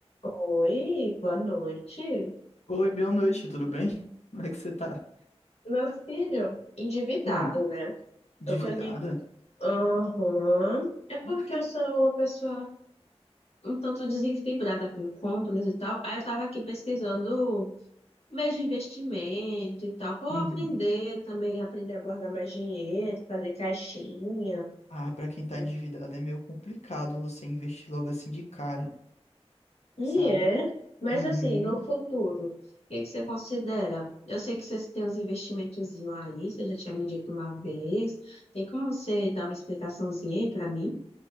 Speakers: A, on the left; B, on the left.
A: Oi, boa noite.
B: Oi, boa noite, tudo bem? Como é que você tá?
A: Meu filho, endividado,
B: Hum,
A: né?
B: endividada?
A: Eu ganhei. Aham. É porque
B: O quê?
A: eu sou uma pessoa um tanto desequilibrada com contas e tal. Aí eu tava aqui pesquisando meios de investimento e tal. Vou
B: Uhum.
A: aprender também, aprender a guardar mais dinheiro, fazer caixinha.
B: Ah, pra quem tá
A: né?
B: endividado é meio complicado você investir logo assim de cara,
A: E
B: sabe?
A: é, mas
B: Uhum.
A: assim, no futuro, o que que você considera? Eu sei que vocês têm uns investimentozinhos aí, você já tinha me dito uma vez. Tem como você dar uma explicaçãozinha aí pra mim?